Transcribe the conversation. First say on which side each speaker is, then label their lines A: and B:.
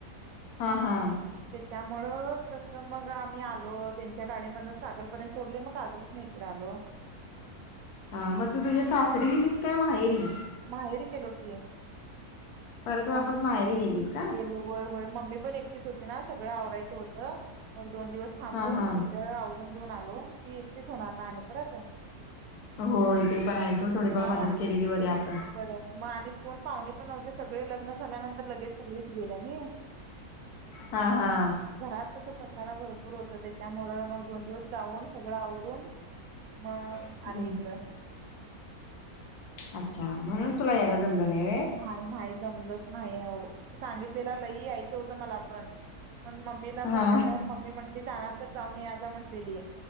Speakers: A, on the left (about 80°); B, on the right (about 75°).
A: हा हा.
B: त्याच्यामुळ कसं मग आम्ही आलो, त्यांच्या गाडीमधनच कागलपर्यंत सोडले, मग कागलसण इकडे आलो.
A: हा, मग तू तुझ्या सासरी गेलीस, काय माहेरी?
B: माहेरी गेलो की.
A: परत वापस
B: मग
A: माहेरी गेलीस
B: गेले
A: का?
B: होय होय, मम्मी पण एकटीच होती ना, सगळं आवरायचं होतं, मग दोन दिवस थांबून,
A: हा हा
B: सगळ आवरून देऊन आलो, ती एकटीच होणार ना, आणि परत
A: होय ते पण आहे सोड, थोडीफार
B: हा
A: मदत केलेली बरे आपण
B: बरं, मग आणि कोण पाहणे पण नव्हते, सगळे लग्न झाल्यानंतर लगेच सगळीच गेल्या नई.
A: हा हा.
B: घरात तस पसारा भरपूर होत, त्याच्यामुळ मग दोन दिवस जाऊन, सगळं आवरून मग,
A: हम्म
B: आले इकडं.
A: अच्छा! म्हणून तुला यायला जमल नाही
B: नाही, जमलंच नाही अहो, सांगितलेला लइ यायचं होतं मला पण, पण म ममीला पण
A: हा
B: म्हंटल्यावर मम्मी म्हटली जाणार तर जाऊन या जावा म्हटलेली,